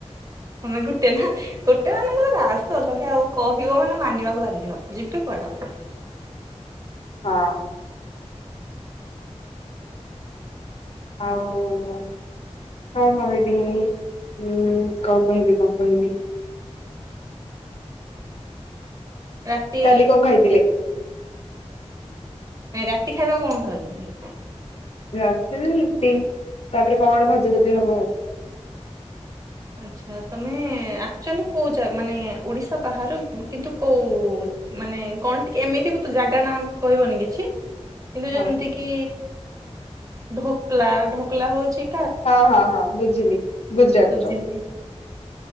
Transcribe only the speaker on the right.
ତମେ ଗୋଟେ ନା। ଗୋଟେ ମାନଙ୍କର ରାସ୍ ଅଲଗା ଆଉ କହିବ ମାନେ ମାନିବାକୁ ବାଧ୍ୟ ଯିବି ପଳା ଆ।
ରାତି
ନାଇ ରାତି ଖାଇବାକୁ କଣ ଖାଉଚନ୍ତି?
ଆଚ୍ଛା ତମେ ଆକ୍ଚୁଆଲି କେଉ ଯା ମାନେ ଓଡ଼ିଶା ବାହାରୁ କିନ୍ତୁ କେଉ ମାନେ କଣ ଟି ଏମିତି ବି ତ ଜାଗା ନା କହିବନି କିଛି? କିନ୍ତୁ ଯେମିତି
କିି ଢୋକଲା ଢୋକଲା ହଉଚି
ବୁଝିଲି